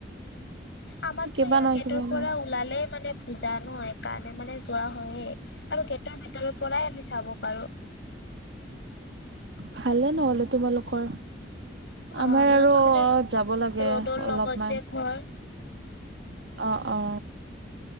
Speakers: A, on the left (about 75°); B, on the right (about 75°).
A: আমাৰটো
B: কিবা
A: এয়া
B: নহয়
A: গেটৰ
B: কিবা
A: পৰা
B: ওলাই
A: ওলালেই মানে- জানো সেইকাৰণে মানে যোৱা হয়য়ে, আৰু গেটৰ ভিতৰ পৰাই আমি চাব পাৰো।
B: ভালে নহলে তোমালোকৰ।
A: অ',
B: আমাৰ
A: আমালোকৰ
B: আৰু অ
A: মানে
B: যাব লাগে
A: ৰ'দৰ লগত
B: অলপমান।
A: যে ঘৰ
B: অঁ অঁ।